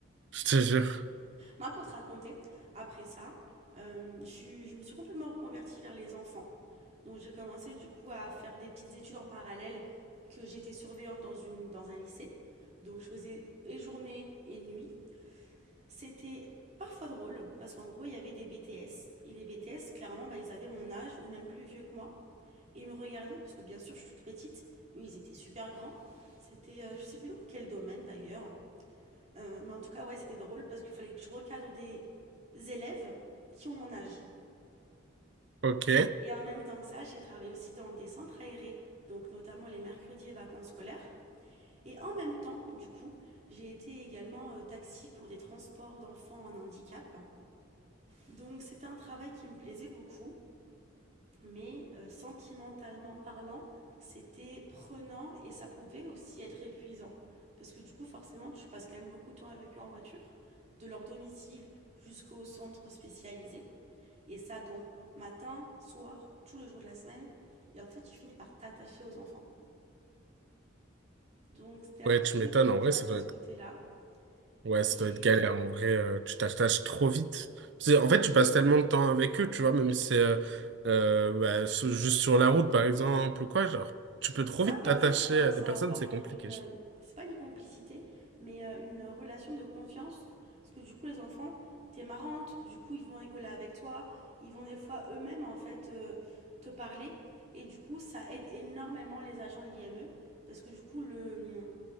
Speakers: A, on the right; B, on the right.
A: Je te jure.
B: Moi, pour te raconter, après ça, euh, je suis- je me suis complètement reconvertie vers les enfants. Donc, j'ai commencé du coup à faire des petites études en parallèle que j'étais surveillante dans une, dans un lycée. Donc, je faisais et journée et nuit. C'était parfois drôle parce qu'en gros, il y avait des BTS. Et les BTS, clairement, bah, ils avaient mon âge ou même plus vieux que moi. Et ils me regardaient parce que, bien sûr, je suis toute petite. Eux, ils étaient super grands. C'était, euh, je sais plus dans quel domaine d'ailleurs. Euh, mais en tout cas, ouais, c'était drôle parce qu'il fallait que je recadre des élèves qui ont mon âge.
A: Ok.
B: Et en même temps que ça, j'ai travaillé aussi dans des centres aérés, donc notamment les mercredis et vacances scolaires. Et en même temps, du coup, j'ai été également euh, taxi pour des transports d'enfants en handicap. Donc c'était un travail qui me plaisait beaucoup. Mais heu, sentimentalement parlant, c'était prenant et ça pouvait aussi être épuisant. Parce que du coup, forcément, tu passes quand même beaucoup de temps avec eux en voiture, de leur domicile jusqu'au centre spécialisé et ça donc matin, soir, tous les jours de la semaine et en fait, tu finis par t'attacher aux enfants. Donc c'était un
A: Ouais,
B: petit
A: tu
B: peu
A: m'étonnes.
B: délicat
A: En vrai, ça
B: de
A: doit
B: ce
A: être...
B: côté-là
A: Ouais,
B: et
A: ça
B: j'ai
A: doit être
B: eu
A: galère. En vrai, euh, tu t'attaches trop vite. C'est- En fait, tu passes tellement de temps avec eux, tu vois, même si c'est euh, euh, bah, sur- juste sur la route, par exemple, ou quoi, genre, tu peux trop
B: C'est ça,
A: vite
B: puis
A: t'attacher
B: en fait, tu commences
A: à des
B: à
A: personnes,
B: avoir
A: c'est
B: une,
A: compliqué.
B: une- c'est pas une complicité, mais euh, une relation de confiance, parce que du coup, les enfants, t'es marrante, du coup, ils vont rigoler avec toi, ils vont des fois eux-mêmes, en fait, euh, te parler, et du coup, ça aide énormément les agents de l'IME, parce que du coup, le,